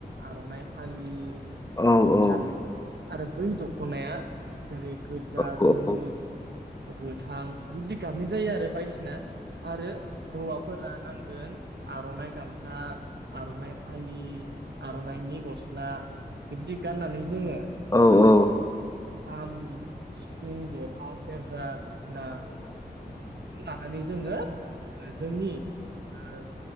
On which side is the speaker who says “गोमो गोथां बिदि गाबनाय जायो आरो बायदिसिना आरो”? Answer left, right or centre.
Right